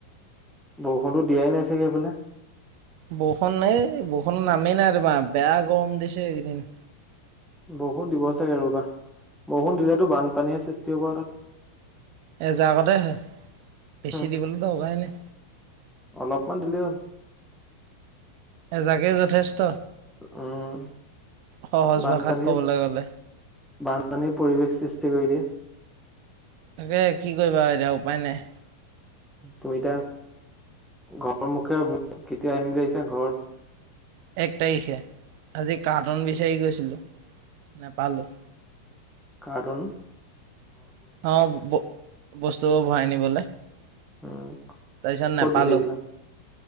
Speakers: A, in the centre; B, on the right.
A: বৰষুণো দিয়াই নাই চাগে এইফালে।
B: বৰষু এই বৰষূণ নামেই নাই তোমাৰ, বেয়া গৰম দিছে এইকদিন।
A: বৰষুণ দিব চাগে ৰ'বা, বৰষুণ দিলেতো বানপানীহে সৃষ্টি হ'ব তাত।
B: এজাকতে হয়। বছি
A: হম
B: দিবলৈ দৰকাৰে নাই।
A: অলপমান দিলেই হ'ল
B: এ জাগে যদি যথেষ্ট,
A: উম
B: সহজ
A: বানপানীৰ
B: ভাষাত ক'বলৈ গলে।
A: বানপানীৰ পৰিৱেশ সৃষ্টি কৰি দিয়ে।
B: তাকে কি কৰিবা এতিয়া উপায় নাই।
A: তুমিতা ঘৰৰ মুখে কেতিয়া আহিম বুলি আহিছে ঘৰত?
B: এক তাৰিশে, আজি কৰ্তন বিচাৰি গৈছিল, নাপালোঁ।
A: কৰ্তন
B: অ' ব-বস্তুবোৰ ভৰাই নিবলে। তাৰপিছত
A: উম ক'ত
B: নোপালো,
A: বিচাৰিছিলা